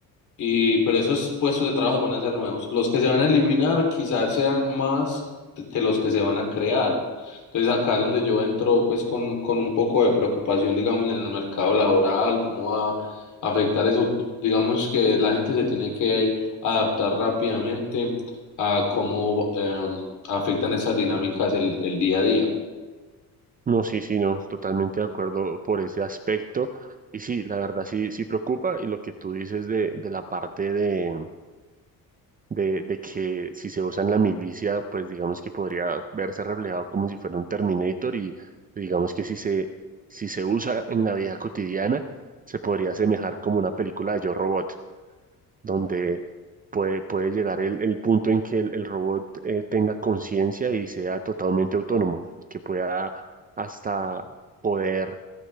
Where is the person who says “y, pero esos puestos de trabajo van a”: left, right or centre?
Left